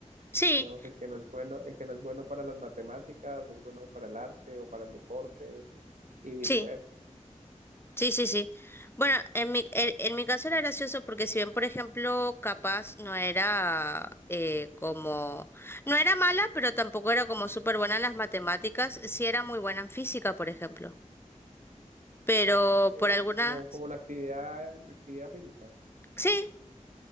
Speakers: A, on the left; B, on the right.
A: Sí,
B: Digamos, el que no es bueno, el que no es bueno para las matemáticas, es bueno para el arte o para el deporte y viceversa.
A: sí. Sí, sí, sí. Bueno, en mi, en, en mi caso era gracioso porque si bien, por ejemplo, capaz no era eh, como... No era mala, pero tampoco era como súper buena en las matemáticas, sí era muy buena en física, por ejemplo. Pero
B: Eh,
A: por alguna...
B: como, como la actividad, actividad física.
A: Sí,